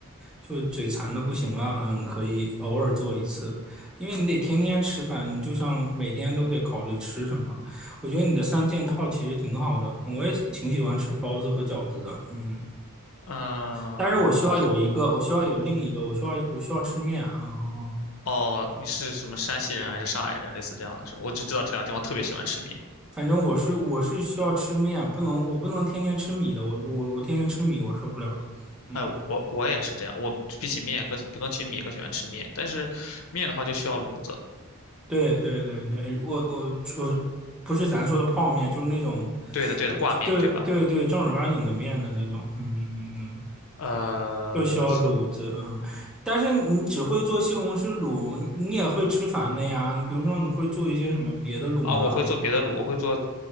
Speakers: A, in the centre; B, on the left.
A: 就嘴馋的不行了，嗯，可以偶尔做一次，因为你得天天吃饭，你就像每天都得考虑吃什么。我觉得你的三件套其实挺好的，我也挺喜欢吃包子和饺子的，嗯，
B: 嗯，
A: 但是我需要有一个，我需要有另一个，我需要我需要吃面啊，嗯
B: 哦，你是什么山西人还是上海人？类似这样的是吧？我只知道这两个地方特别喜欢吃面。
A: 反正我是我是需要吃面，不能我不能天天吃米的，我我我天天吃米我受不了的。嗯，
B: 哎，我我也是这样，我比起面更更起米更喜欢吃面，但是面的话就需要卤子。
A: 对对对对，我我我不是咱说的泡面，就是那种，
B: 对的，对的，
A: 就对对对正儿八经的面的那种。
B: 挂面对吧？
A: 嗯嗯嗯，
B: 呃，
A: 就需要卤子。嗯，但是你只会做西红柿卤，你也会吃烦的呀。比如说你会做一些什么别的卤吗？
B: 啊，我会做别的卤，我会做